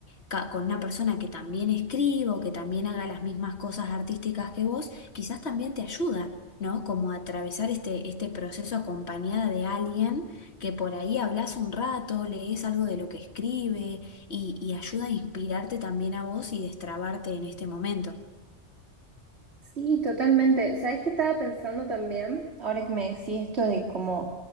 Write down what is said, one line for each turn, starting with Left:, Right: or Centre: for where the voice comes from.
Left: ca- con una persona que también escriba o que también haga las mismas cosas artísticas que vos, quizás también te ayuda, ¿no? Como a atravesar este, este proceso acompañada de alguien que por ahí hablas un rato, lees algo de lo que escribe y, y ayuda a inspirarte también a vos y destrabarte en este momento.
Right: Sí, totalmente. ¿Sabes qué estaba pensando también? Ahora que me decís esto de cómo